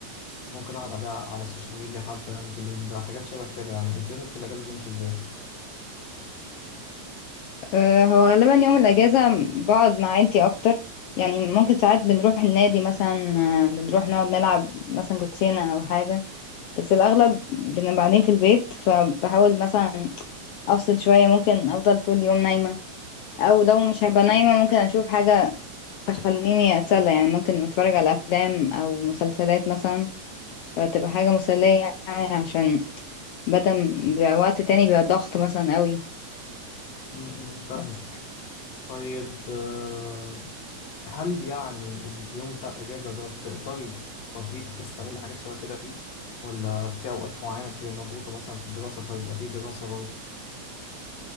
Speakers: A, on the left; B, on the left.
A: ممكن اقعد عليها على السوشيال ميديا حبه يعني في اليوم ده حاجات شبه كده يعني انت يومك في الاجازه بيمشي ازاي
B: أه هو غالبا يوم الاجازة بقعد مع عيلتي اكتر يعني ممكن ساعات بنروح النادي مثلا آه، بنروح نقعد نلعب مثلا كوتشينة او حاجة بس الأغلب بنبقى قاعدين في البيت فبحاول مثلا أفصل شوية ممكن أفضل طول اليوم نايمة أو لو مش هبقى نايمة ممكن أشوف حاجة تخليني أتسلى يعني ممكن أتفرج على أفلام أو مسلسلات مثلا فتبقى حاجة مسلية يعني عشان بدل ما بيبقى وقت تاني بيبقى ضغط مثلا قوي
A: امم فاهمه
B: بس
A: طيب آه، هل يعني اليوم بتاع الأجازة ده بتقدري تفضيه بحيث تعملي حاجات شبه كده فيه ولا في أوقات معينة بتبقي مضغوطة مثلا في الدراسة فبيبقى فيه دراسة برضه؟